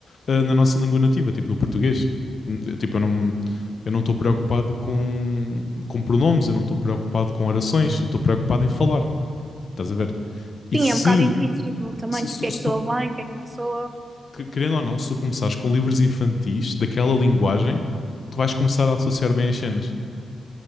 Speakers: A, on the left; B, on the right.
A: ah, na nossa língua nativa, tipo no português. Hum, Tipo, eu não eu não estou preocupado com, com pronomes, eu não estou preocupado com orações, eu estou preocupado em falar. Estás a ver? E
B: Sim,
A: se,
B: é um bocado intuitivo também,
A: se,
B: tipo,
A: se-
B: o que é
A: se
B: que soa
A: tu,
B: bem, o que é que não soa.
A: querendo ou não, se tu começares com livros infantis daquela linguagem, tu vais começar a associar bem as cenas.